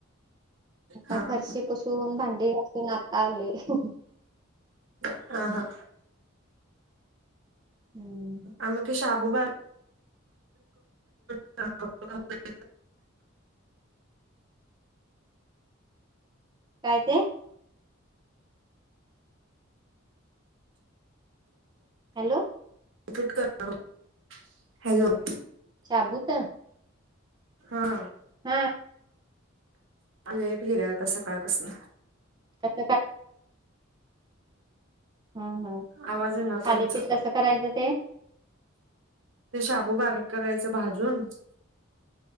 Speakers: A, on the right; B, on the right.
A: आता
B: हा
A: फरशी
B: हा
A: पुसून भांडी घासून आत्ता आलोय ह्.
B: हा हा.
A: हम्म
B: आम्ही ते शाबू बारके <unintelligible>
A: काय ते? हॅलो
B: कट करणार <unintelligible> हॅलो.
A: शाबूत?
B: हां.
A: हां.
B: लाईट गेल्या आता सकाळ पसन.
A: <unintelligible> हम्म हम्म,
B: आवाज येईना तुमचा
A: थालीपीठ कसं करायचं ते?
B: ते शाबू बारीक करायचं भाजून